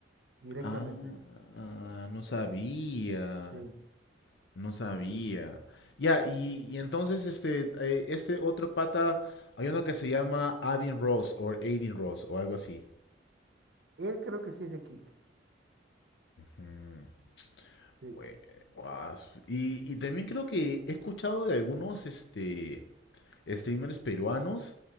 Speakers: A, on the right; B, on the left.
A: directamente.
B: ah, no sabía,
A: Sí,
B: no sabía.
A: sí.
B: Ya, y, y entonces este, eh, este otro pata, hay uno que se llama Adin Ross o Adin Ross o algo así.
A: Él creo que sí es de Kick.
B: Ujú,
A: Sí.
B: güey, guas. Y, y también creo que he escuchado de algunos, este, streamers peruanos.